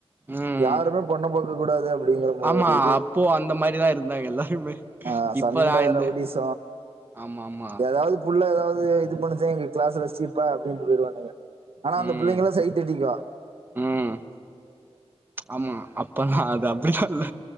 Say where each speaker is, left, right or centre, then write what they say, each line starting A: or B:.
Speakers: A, on the right (about 20°); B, on the right (about 60°).
A: ம்
B: யாருமே பொண்ண பாக் கூடாது அப்டின்னு அப்படிங்கற
A: ஆமா
B: ஒரு இது
A: அப்போ அந்த மாரிதா இருந்தாங்க எல்லாருமே
B: ஆ
A: இப்பதா
B: சண்ட
A: இந்த
B: ரவுடிச
A: ஆமா ஆமா
B: எதாவது புல்ல எதாவது இது பண்ணுச்சே எங்க கிளாஸ்ல ச்சி பெ அப்டின்ட்டு போயிடுவானுங்க ஆனா
A: ம்
B: அந்த புள்ளைங்கல்லு சைட்டடிக்கு
A: ம் ஆமா அப்பனா அது அப்டில்லா இல்ல